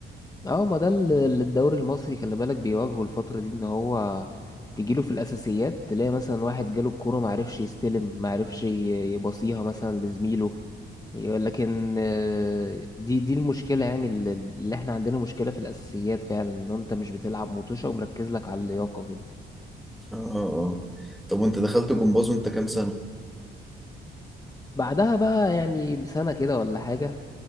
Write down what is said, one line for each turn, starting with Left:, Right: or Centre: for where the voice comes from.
Left: اه ما ده اللي اللي الدوري المصري خلي بالك بيواجهه الفترة دي ان هو تجيله في الأساسيات تلاقي مثلا واحد جاله الكورة معرفش يستلم معرفش ي- يبصيها مثلا لزميله لكن آه، دي دي المشكلة يعني اللي اللي احنا عندنا مشكلة في الأساسيات فعلا ان انت مش بتلعب مطوشة ومركز لك على اللياقة كده
Centre: اه اه آه. طب وانت دخلت جمباز وانت كام سنة؟
Left: بعدها بقى يعني بسنة كده ولا حاجة